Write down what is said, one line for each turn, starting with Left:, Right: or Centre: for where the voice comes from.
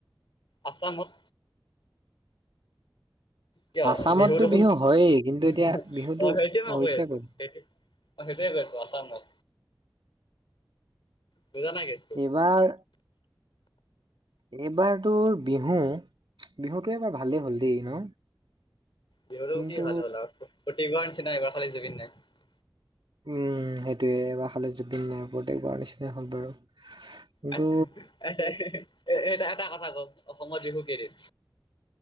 Left: আসামত কিয়
Right: আছামততো
Left: বিহু দেখোন
Right: হয়েই কিন্তু
Left: হুম
Right: এতিয়া
Left: হুমঅ
Right: বিহুটো
Left: সেইটোৱে মই
Right: হৈছে
Left: কৈ আছো
Right: ক'ত
Left: সেইটো অ সেইটেই কৈআছো আছামত বুজা নাই কেছটো
Right: এইবাৰ এইবাৰ তোৰ বিহু বিহুতটো এবাৰ ভালেই হ'ল দেই ন।
Left: বিহুৰও
Right: কিন্তু
Left: কি ভাল হ'ল আৰু প্ৰত্যোক বাৰ নিচিনা এইবাৰ খালী জুবিন নাই
Right: উম সেইটোয়ে এবাৰ খালে জুবিন নাই প্ৰত্যোক বাৰ নিচিনা বাৰু কিন্তু
Left: এট এট এটা এটা কথা ক' অসমত বিহু কেইদিন